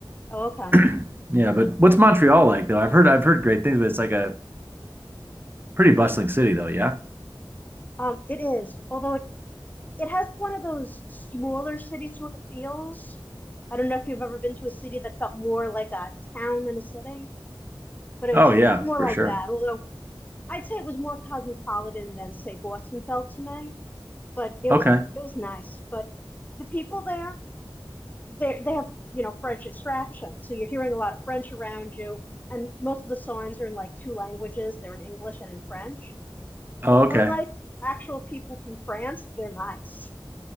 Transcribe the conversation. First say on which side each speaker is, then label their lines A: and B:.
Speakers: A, on the left; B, on the right.
A: Oh, okay.
B: <clears throat> Yeah, but what's Montreal like though? I've heard I've heard great things, but it's like a pretty bustling city though. Yeah.
A: Um, it is, although it, it has one of those smaller city sort of feels. I don't know if you've ever been to a city that felt more like a town than a city, but it's
B: Oh yeah,
A: it was more
B: for
A: like
B: sure.
A: that. Although I'd say it was more cosmopolitan than, say, Boston felt to me. But it
B: Okay.
A: was it was nice. But the people there, they they have you know French extraction, so you're hearing a lot of French around you, and most of the songs are in like two languages. They're in English and in French.
B: Oh,
A: But
B: okay.
A: unlike actual people from France, they're nice.